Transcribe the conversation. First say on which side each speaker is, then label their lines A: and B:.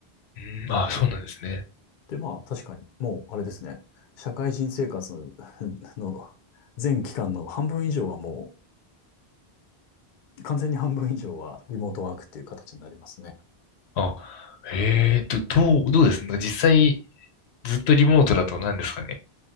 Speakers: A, on the left; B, on the left.
A: うん、あ、そうなんですね。
B: で、まあ、確かに、もう、あれですね、社会人生活の、<laughs> の全期間の半分以上はもう、完全に半分以上はリモートワークっていう形になりますね。
A: あ、ええと、どう、どうですね。実際、ずっとリモートだと何ですかね。